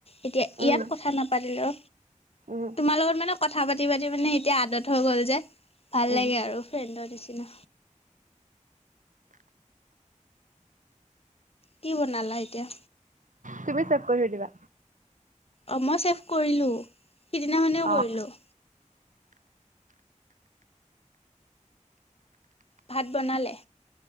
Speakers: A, on the left; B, on the right.
A: এতিয়া
B: উম
A: ইয়াত কথা নাপাতিলেও
B: উম
A: তোমাৰ লগত মানে কথা পাতি পাতি মানে এতিয়া আদত হৈ গ'ল যে ভাল
B: উম
A: লাগে আৰু ফ্ৰেণ্ডৰ নিচি চিনা কি বনালা এতিয়া
B: তুমি ছেভ কৰি থৈ দিবা
A: অঁ মই ছেভ কৰিলোঁ সিদিনাখনে
B: অ
A: কৰিলোঁ ভাত বনালে